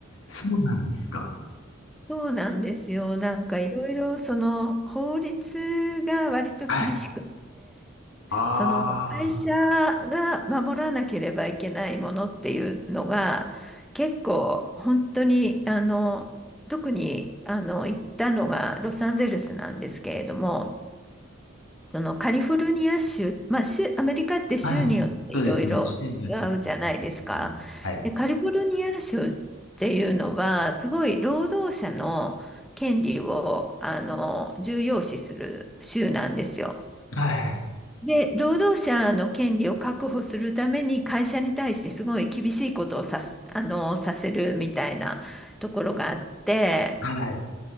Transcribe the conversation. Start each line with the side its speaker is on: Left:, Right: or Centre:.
Left: そうなんですか。
Centre: そうなんですよ。なんかいろいろその法律が割と厳しく、
Left: はい。ああ。
Centre: その会社が守らなければいけないものっていうのが結構本当にあの特にあの行ったのがロサンゼルスなんですけれども、そのカリフォルニア州、まあ、州、アメリカって州によっていろいろ違うじゃないですか。
Left: はい。そうですね。種類によって変わります。やっぱりはい。
Centre: で、カリフォルニア州っていうのは、すごい労働者の権利をあの重要視する州なんですよ。
Left: はい。
Centre: で、労働者の権利を確保するために会社に対してすごい厳しいことをさす、あの、させるみたいなところがあって、
Left: はい。